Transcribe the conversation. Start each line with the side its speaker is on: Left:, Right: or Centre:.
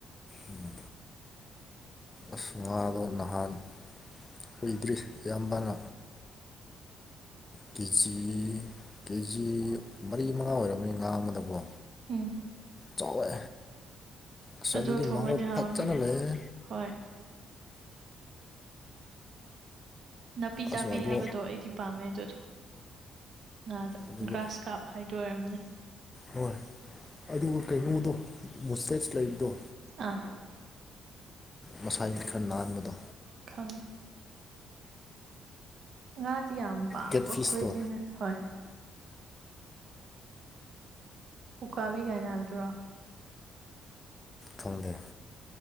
Left: ꯎꯝ ꯑꯁ ꯉꯥꯗꯣ ꯅꯍꯥꯟ ꯀꯨꯏꯗ꯭ꯔꯤ ꯏꯌꯥꯝꯕꯅ ꯀꯦꯖꯤ ꯀꯦꯖꯤ ꯃꯔꯤ ꯃꯉꯥ ꯑꯣꯏꯔꯝꯅꯤ ꯉꯥ ꯑꯃꯗꯀꯣ
Right: ꯎꯝ
Left: ꯆꯥꯎꯋꯦ ꯑꯁ
Right: ꯑꯗꯨ
Left: ꯑꯗꯨꯗꯤ
Right: ꯊꯣꯡꯉꯗꯤ
Left: ꯃꯍꯥꯎ
Right: ꯍꯥꯎꯅꯤ
Left: ꯐꯖꯅ ꯂꯩꯌꯦ
Right: ꯍꯣꯏ ꯅꯥꯄꯤ ꯆꯥꯕꯤ
Left: ꯑꯁ ꯑꯗꯣ
Right: ꯍꯥꯏꯕꯗꯣ ꯑꯩꯗꯤ ꯄꯥꯝꯃꯦ ꯑꯗꯨꯗꯣ ꯉꯥꯗ
Left: ꯑꯗꯨꯒ
Right: ꯒ꯭ꯔꯥꯁ ꯀꯥꯞ ꯍꯥꯏꯗꯣ ꯑꯣꯏꯔꯝꯅꯤ
Left: ꯍꯣꯏ ꯑꯗꯨꯒ ꯀꯩꯅꯣꯗꯣ ꯃꯨꯁꯇꯦꯠꯁ ꯂꯩꯕꯗꯣ
Right: ꯑꯥ
Left: ꯃꯁꯥꯒꯤ ꯈꯔ ꯅꯥꯟꯕꯗꯣ
Right: ꯈꯪꯉꯦ ꯉꯥꯗꯤ ꯗꯤ ꯌꯥꯝ ꯄꯥꯝꯕꯈꯣꯏꯗꯤꯅꯦ
Left: ꯀꯦꯠ ꯐꯤꯁꯇꯣ
Right: ꯍꯣꯏ ꯎꯀꯥꯕꯤ ꯀꯥꯏꯅ ꯍꯥꯏꯕꯗꯨꯔꯣ
Left: ꯈꯪꯗꯦ